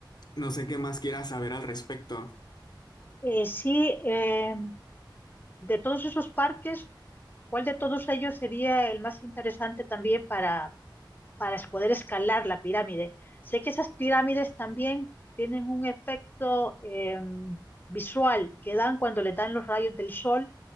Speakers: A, on the left; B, on the left.
A: no sé qué más quieras saber al respecto.
B: Eh, sí, eh, de todos esos parques, ¿cuál de todos ellos sería el más interesante también para, para es- poder escalar la pirámide? Sé que esas pirámides también tienen un efecto em, visual que dan cuando le dan los rayos del sol